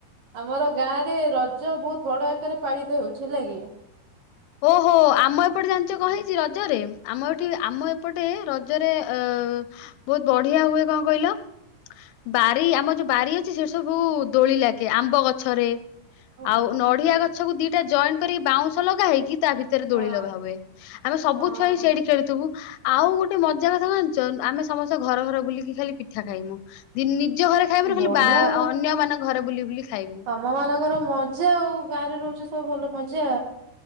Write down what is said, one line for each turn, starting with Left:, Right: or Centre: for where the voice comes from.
Right: ଆମର ଗାଁ ରେ ରଜ ବହୁତ୍ ବଡ ଆକାରରେ ପାଳିତ ହେଉଛି ହେଲା କି।
Left: ଓହୋ ଆମ ଏପଟେ ଜାଣିଚ କଣ ହେଇଚି ରଜରେ ଆମ ଏଠି ଆମ ଏପଟେ ରଜରେ ଅ ବହୁତ୍ ବଢିଆ ହୁଏ କଣ କହିଲ ବାରି ଆମ ଯୋଉ ବାରି ଅଛି ସେଠି ସବୁ ଦୋଳି ଲାଗେ ଆମ୍ବ ଗଛରେ
Right: ଓହୋ
Left: ଆଉ ନଡିଆ ଗଛକୁ ଦିଟା ଜଏଣ୍ଟ କରିକି ବାଉଁଶ ଲଗା ହେଇକି ତା ଭିତରେ
Right: ହଁ
Left: ଦୋଳି ଲଗା ହୁଏ। ଆମେ ସବୁ
Right: ହଁ
Left: ଛୁଆ ଯାଇ ସେଇଠି ଖେଳୁଥିବୁ। ଆଉ ଗୋଟେ ମଜା କଥା କଁ ଜାନଚ ଆମେ ସମସ୍ତେ ଘର ଘର ବୁଲିକି ଖାଲି ପିଠା ଖାଇମୁ ଦି-ନିଜ ଘରେ ଖାଇବୁନୁ ଖାଲି
Right: ବଢିଆ
Left: ବା
Right: ଆଉ।
Left: ଅନ୍ୟ ମାନଙ୍କ ଘରେ ବୁଲି ବୁଲି ଖାଇବୁ।
Right: ତମ ମାନଙ୍କର ମଜା ଆଉ ଗାଁରେ ରହୁଚ ସବୁ ଭଲ ମଜା